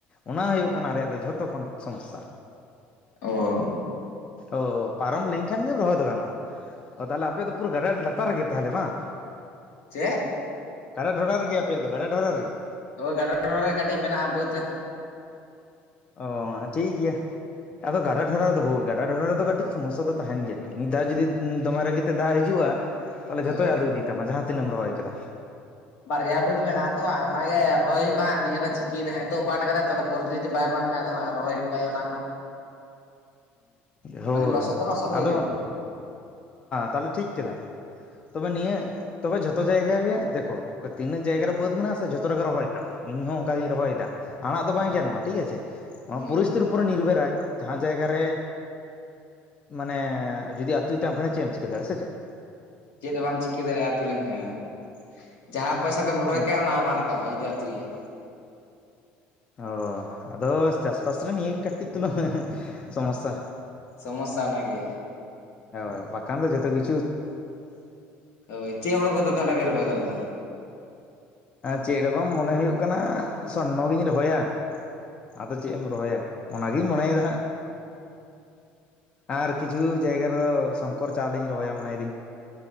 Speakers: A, on the left (about 25°); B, on the left (about 70°).
A: ᱚᱱᱟ ᱦᱩᱭᱩᱜ ᱠᱟᱱᱟ ᱟᱞᱮᱭᱟᱜ ᱫᱚ ᱡᱷᱚᱛᱚ ᱠᱷᱚᱱ ᱥᱚᱢᱚᱥᱥᱟ᱾
B: ᱚᱻ
A: ᱚ ᱯᱟᱨᱚᱢ ᱞᱮᱱᱠᱷᱟᱱ ᱜᱮᱢ ᱨᱚᱦᱚᱭ ᱫᱚ ᱜᱟᱱᱚᱜᱼᱟ᱾ ᱚ ᱛᱟᱦᱚᱞᱮ ᱟᱯᱮ ᱫᱚ ᱯᱩᱨᱟᱹ ᱜᱟᱰᱟ ᱞᱟᱛᱟᱨ ᱨᱮᱜᱮ ᱛᱟᱦᱚᱞᱮ ᱵᱟᱝ?
B: ᱪᱮᱫ?
A: ᱜᱟᱰᱟ ᱰᱷᱚᱰᱟ ᱨᱮᱜᱮ ᱟᱯᱮᱭᱟᱜ ᱫᱚ ᱜᱟᱰᱟ ᱰᱷᱚᱰᱟ ᱨᱮᱜᱮ?
B: ᱦᱚᱭ ᱜᱟᱰᱟ ᱰᱚᱰᱷᱟ ᱨᱮ ᱠᱟᱹᱴᱤᱡ ᱢᱮᱱᱟᱜᱼᱟ ᱵᱟᱹᱫᱽ ᱦᱟᱸᱜ᱾
A: ᱚᱻ ᱴᱷᱤᱠ ᱜᱮᱭᱟ ᱟᱫᱚ ᱜᱟᱰᱟ ᱰᱷᱚᱰᱟ ᱨᱮᱫᱚ ᱦᱳᱭ ᱜᱟᱰᱟ ᱰᱷᱚᱰᱟ ᱨᱮᱫᱚ ᱠᱟᱹᱴᱤᱡ ᱥᱚᱢᱚᱥᱟ ᱫᱚ ᱛᱟᱦᱮᱱ ᱜᱮᱭᱟ ᱢᱤᱫ ᱫᱷᱟᱣ ᱡᱩᱫᱤ ᱫᱚᱢᱮ ᱨᱟᱹᱜᱤ ᱛᱮ ᱫᱟᱜ ᱦᱤᱡᱩᱜᱼᱟ ᱛᱟᱦᱚᱞᱮ
B: ᱦᱳᱭ
A: ᱡᱚᱛᱚᱭ ᱟᱹᱛᱩ ᱤᱫᱤᱭᱟ᱾ ᱛᱟᱢᱟ ᱡᱟᱦᱟᱸ ᱛᱤᱱᱟᱹᱜ ᱮᱢ ᱨᱚᱦᱚᱭ ᱠᱟᱫᱟ᱾
B: ᱵᱟᱨᱭᱟ ᱵᱟᱹᱫᱽ ᱢᱮᱱᱟᱜ ᱦᱟᱛᱚ ᱦᱟᱸᱜ ᱚᱱᱟᱜᱮ ᱨᱚᱦᱚᱭ ᱦᱩᱭᱩᱜᱼᱟ ᱱᱤᱭᱟᱹ ᱫᱷᱟᱣ ᱪᱤᱠᱤ ᱫᱟᱭ ᱦᱮᱸᱛᱚᱜ ᱵᱟᱱ ᱟᱠᱟᱫᱟᱭ᱾ ᱯᱚᱨᱮᱛᱮ ᱡᱩᱫᱤ ᱵᱟᱭ ᱵᱟᱱ ᱠᱷᱟᱭ ᱫᱚ ᱦᱟᱸᱜ ᱨᱚᱦᱚᱭ ᱦᱚᱸ ᱠᱟᱜ ᱦᱩᱭᱩᱜᱼᱟ ᱚᱱᱟ ᱦᱚᱸ᱾
A: ᱦᱳᱭ
B: ᱢᱟᱱᱮ ᱞᱚᱥᱚᱫ ᱫᱚ ᱞᱚᱥᱚᱫ ᱦᱩᱭ
A: ᱟᱫᱚ
B: ᱠᱟᱱᱟ
A: ᱟᱸ ᱛᱟᱦᱞᱮ ᱴᱷᱤᱠ ᱠᱮᱫᱟᱢ᱾ ᱛᱚᱵᱮ ᱱᱤᱭᱟᱹ᱾ ᱛᱚᱵᱮ ᱡᱚᱛᱚ ᱡᱟᱭᱜᱟ ᱨᱮᱜᱮ ᱫᱮᱠᱚ ᱛᱤᱱᱟᱹᱜ ᱡᱟᱭᱜᱟ ᱨᱮ ᱵᱟᱹᱫᱽ ᱢᱮᱱᱟᱜᱼᱟ ᱥᱮ ᱡᱚᱛᱚ ᱨᱮᱜᱮ ᱨᱚᱦᱚᱭ ᱛᱟᱢ᱾ ᱤᱧ ᱦᱚᱸ ᱚᱱᱠᱟᱜᱤᱧ ᱨᱚᱦᱚᱭᱫᱟ ᱟᱲᱟᱜ ᱫᱚ ᱵᱟᱭ ᱜᱟᱱᱚᱜᱼᱟ ᱴᱷᱤᱠ ᱟᱪᱷᱮ
B: ᱦᱳᱭ
A: ᱯᱚᱨᱤᱥᱛᱷᱤᱛᱤ ᱩᱯᱚᱨᱮ ᱱᱤᱨᱵᱷᱚᱨᱟᱭ ᱡᱟᱦᱟᱸ᱾ ᱡᱟᱭᱜᱟ ᱨᱮ ᱢᱟᱱᱮ ᱡᱩᱫᱤ ᱟᱛᱳᱭᱛᱟᱢ ᱠᱷᱟᱱ ᱪᱮᱫ ᱮᱢ ᱪᱤᱠᱟᱹ ᱫᱟᱲᱮᱭᱟᱜᱼᱟ ᱥᱮ ᱪᱮᱫ?
B: ᱪᱮᱫ ᱦᱚᱸ ᱵᱟᱢ ᱪᱤᱠᱟᱹ ᱫᱟᱲᱮᱭᱟᱜᱼᱟ ᱟᱹᱛᱩ ᱞᱮᱱᱠᱷᱟᱱ ᱡᱟᱦᱟᱸ ᱯᱚᱭᱥᱟ ᱛᱮᱢ ᱨᱚᱦᱚᱭ
A: ᱦᱮᱸ
B: ᱠᱟᱜᱼᱟ ᱚᱱᱟ ᱦᱚᱸ ᱵᱟᱢ ᱨᱟ.. ᱠᱟᱵᱼᱟ ᱡᱩᱫᱤ ᱟ. ᱛᱩᱭᱟᱭ᱾
A: ᱚᱸ ᱟᱫᱚ ᱪᱟᱥᱵᱟᱥ ᱨᱮ ᱱᱤᱭᱟᱹ ᱜᱮ ᱠᱟᱹᱴᱤᱡ ᱛᱩᱞᱩᱝ ᱥᱚᱢᱚᱥᱟ᱾
B: ᱥᱚᱢᱚᱥᱟ ᱚᱱᱟᱜᱮ᱾
A: ᱦᱳᱭ ᱵᱟᱠᱷᱟᱱ ᱫᱚ ᱡᱚᱛᱚ ᱜᱤ᱾
B: ᱦᱳᱭ ᱪᱮᱫ ᱦᱳᱲᱳ ᱠᱚᱫᱚ ᱛᱟᱦᱚᱞᱮ ᱵᱮᱱ ᱨᱚᱦᱚᱭ ᱫᱟ ᱫᱟᱫᱟ?
A: ᱪᱮᱫ ᱨᱮ ᱵᱟᱝ ᱢᱚᱱᱮ ᱦᱩᱭᱩᱜ ᱠᱟᱱᱟ ᱥᱚᱨᱱᱚ ᱜᱤᱧ ᱨᱚᱦᱚᱭᱟ ᱟᱫᱚ ᱪᱮᱫ ᱮᱢ ᱨᱚᱦᱚᱭᱟ᱾ ᱚᱱᱟᱜᱤᱧ ᱢᱚᱱᱮᱭ-ᱫᱟ ᱦᱟᱸᱜ ᱟᱨ ᱠᱤᱪᱷᱩ ᱡᱟᱭᱜᱟ ᱨᱮᱫᱚ ᱥᱚ ᱠᱚᱨ ᱪᱟᱣᱞᱮᱧ ᱨᱚᱦᱚᱭᱟ ᱢᱚᱱᱮᱭ ᱫᱟ. ᱧ᱾